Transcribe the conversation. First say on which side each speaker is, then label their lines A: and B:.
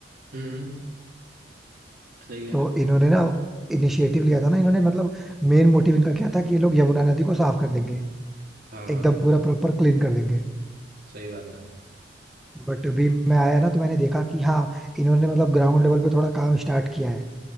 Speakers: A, on the right; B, in the centre.
A: हम्म सही कह
B: तो
A: रहे हो
B: इन्होंने ना इनिशिएटिव लिया था ना इन्होंने मतलब मेन मोटिव इनका क्या था कि ये लोग यमुना नदी को साफ कर देंगे
A: हाँ हाँ
B: एकदम पूरा प्रॉपर क्लीन कर देंगे
A: सही बात है
B: बट अभी मैं आया ना तो मैंने देखा कि हाँ इन्होंने मतलब ग्राउंड लेवल पे थोड़ा काम स्टार्ट किया है